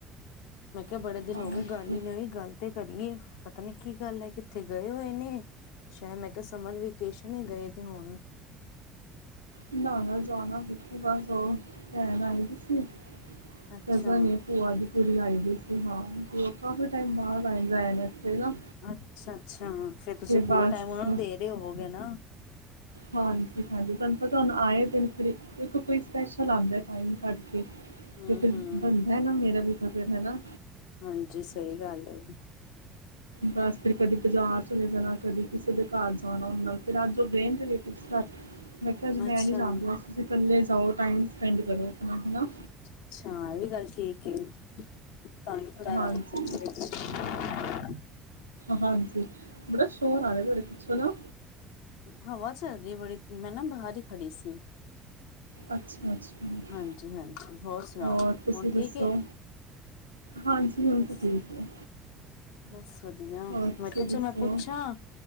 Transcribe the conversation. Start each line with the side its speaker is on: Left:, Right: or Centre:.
Left: ਮੈਂ ਕਿਹਾ, ਬੜੇ
Right: ਬਸ
Left: ਦਿਨ ਹੋ ਗਏ, ਗੱਲ ਹੀ ਨਹੀਂ ਹੋਈ। ਗੱਲ। ਤੇ ਕਰੀਏ। ਪਤਾ ਨੀ ਕੀ ਗੱਲ ਐ, ਕਿੱਥੇ ਗਏ ਹੋਏ ਨੇ। ਸ਼ੈਦ ਮੈਂ ਕਿਆ ਸਮਰ ਵੇਕੇਸ਼ਨ ਏ, ਗਏ ਤੇ ਹੁਣ।
Right: ਨਾ - ਨਾ ਜਾਣਾ ਕਿਥੇ, ਬਸ ਓ ਭੈਣ ਆਈ ਦੀ ਸੀ।
Left: ਅੱਛਾ
Right: ਕਜ਼ਨ ਏ, ਭੂਆ ਦੀ ਕੁੜੀ ਆਈ ਹੋਈ ਸੀ, ਹਾਂ ਭੂਆ ਕਾਫੀ ਟਾਈਮ ਬਾਦ ਆਏ ਰਹਿਣ ਏਥੇ ਨਾ।
Left: ਅੱਛਾ ਅੱਛਾ, ਫੇਰ ਤੁਸੀਂ
Right: ਤੇ
Left: ਪੂਰਾ
Right: ਬਸ
Left: ਟਾਈਮ ਉਹਨਾਂ ਨੂੰ ਦੇ ਰਹੇ ਹੋਵਗੇ ਨਾ।
Right: ਹਾਂਜੀ ਹਾਂਜੀ, ਤੁਹਾਨੂੰ ਪਤਾ ਹੁਣ ਆਏ ਤੇ ਨੇ <unintelligible> ਦੇਖੋ ਕੋਈ ਸਪੈਸ਼ਲ ਆਂਦਾ ਐ ਟਾਇਮ ਕੱਢ ਕੇ।
Left: ਹੂੰ-ਹੂੰ
Right: ਤੇ ਫਿਰ ਬਣਦਾ ਹੈ ਨਾ? ਮੇਰਾ ਵੀ ਤਾਂ, ਫਿਰ ਹੈਨਾ?
Left: ਹਾਂਜੀ ਸਹੀ ਗੱਲ ਏ।
Right: ਬਸ ਫਿਰ ਕਦੇ ਬਾਜ਼ਾਰ ਚਲੇ ਜਾਣਾ, ਕਦੇ ਕਿਸੇ ਦੇ ਘਰ ਜਾਣਾ, ਉਨਾਂ ਨਾਲ ਫੇਰ ਅੱਜ ਓ ਗਏ ਰਿਲੇਟਿਵਸ ਘਰ। ਮੈਂ ਕਿਹਾ, ਅਜ
Left: ਅੱਛਾ-ਅੱਛਾ
Right: ਮੈਂ ਨੀ ਜਾਂਦੀ। ਅੱਜ ਤੁਸੀ ਕੱਲੇ ਜਾਓ ਟਾਈਮ ਸਪੈਂਡ ਕਰੋ ਆਪਣਾ ਹਨਾਂ।
Left: ਅੱਛਾ, ਇਹ ਵੀ ਗੱਲ ਠੀਕ ਏ। ਤਵਾਨੁ ਥੋੜਾ ਆਰਾਮ।
Right: ਹਾਂਜੀ
Left: <unintelligible> <unintelligible>
Right: ਹਾਂਜੀ। ਬੜਾ ਸ਼ੋਰ ਆ ਰਿਹਾ ਤੁਹਾਡੇ ਪਿੱਛੇ ਨਾ।
Left: ਹਵਾ ਚੱਲ ਰਹੀ ਐ ਬੜੀ। ਮੈਂ ਨਾ ਬਾਹਰ ਹੀ ਖੜੀ ਸੀ।
Right: ਅੱਛਾ ਅੱਛਾ
Left: ਹਾਂਜੀ - ਹਾਂਜੀ, ਹੋਰ ਸੁਣਾਓ,
Right: ਔਰ ਤੁਸੀਂ
Left: ਹੁਣ
Right: ਦੱਸੋ
Left: ਠੀਕ ਏ?
Right: ਹਾਂਜੀ ਹੁਣ
Left: ਬਸ
Right: ਤਾਂ ਠੀਕ ਹੈ।
Left: ਬਸ ਵਧੀਆ,
Right: ਔਰ ਤੁਸੀਂ
Left: ਮੈਂ ਕਿਆ, ਚਲ
Right: ਦੱਸੋ
Left: ਮੈਂ ਪੁੱਛਾਂ।